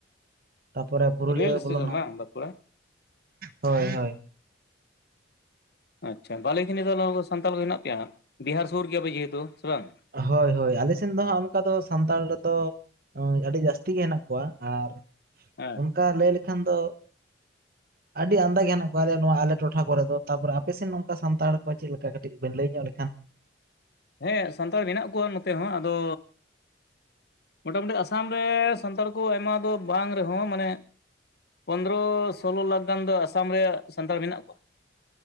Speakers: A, on the right; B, on the left.
A: ᱛᱟᱯᱚᱨᱮ ᱯᱩᱨᱩᱞᱤᱭᱟᱹ
B: ᱨᱮᱹᱞ ᱥᱴᱮᱥᱚᱱ
A: ᱵᱚᱞᱱᱟ᱾
B: ᱵᱟᱝ ᱵᱟᱸᱠᱩᱲᱟ?
A: ᱦᱳᱭ, ᱦᱳᱭ
B: ᱟᱪᱪᱷᱟ ᱵᱷᱟᱞᱮ ᱱᱤᱛᱚᱜ ᱫᱚ ᱟᱵᱚ ᱥᱟᱱᱛᱟᱞ ᱠᱚ ᱦᱮᱱᱟᱜ ᱯᱮᱭᱟ, ᱵᱤᱦᱟᱨ ᱥᱩᱨ ᱜᱮᱭᱟᱯᱮ ᱡᱮᱦᱮᱛᱩ ᱥᱮ ᱵᱟᱝ᱾
A: ᱦᱳᱭ ᱦᱳᱭ ᱟᱞᱮᱥᱱ ᱫᱚ ᱦᱟᱸᱜ ᱚᱱᱠᱟ ᱫᱚ ᱥᱟᱱᱛᱟᱲ ᱨᱮᱫᱚ ᱟᱹᱰᱤ ᱡᱟᱹᱥᱛᱤ ᱜᱮ ᱦᱮᱱᱟᱜ ᱠᱚᱣᱟ, ᱟᱨ
B: ᱦᱮᱸ
A: ᱚᱱᱠᱟ ᱞᱟᱹᱭ ᱞᱮᱠᱷᱟᱱ ᱫᱚ
B: <unintelligible>
A: ᱟᱹᱰᱤ ᱟᱢᱫᱟ ᱜᱮ ᱦᱮᱱᱟᱜ ᱠᱚᱣᱟ ᱱᱚᱣᱟ ᱟᱞᱮ ᱴᱚᱴᱷᱟ ᱠᱚᱨᱮ ᱫᱚ, ᱛᱟᱯᱚᱨᱮ ᱟᱯᱮᱥᱱ ᱱᱚᱝᱠᱟ ᱥᱟᱱᱛᱟᱲ ᱠᱚ ᱪᱮᱫ ᱞᱮᱠᱟ ᱠᱟᱹᱴᱤᱡ ᱵᱮᱱ ᱞᱟᱹᱭ ᱧᱚᱜ ᱞᱮᱠᱷᱟᱱ?
B: ᱦᱮᱸ ᱥᱟᱱᱛᱟᱲ ᱢᱮᱱᱟᱜ ᱠᱚᱣᱟ ᱱᱚᱛᱮ ᱦᱚᱸ ᱟᱫᱚ ᱢᱚᱴᱟᱢᱩᱴᱤ ᱟᱥᱟᱢ ᱨᱮ ᱥᱟᱱᱛᱟᱲ ᱠᱚ ᱟᱭᱢᱟ ᱫᱚ ᱵᱟᱝ ᱨᱮᱦᱚᱸ ᱢᱟᱱᱮ ᱯᱚᱱᱨᱚ ᱥᱳᱞᱞᱳ ᱞᱟᱠᱷ ᱜᱟᱱ ᱫᱚ ᱟᱥᱟᱢ ᱨᱮ ᱥᱟᱱᱛᱟᱲ ᱢᱮᱱᱟᱜ ᱠᱚᱣᱟ᱾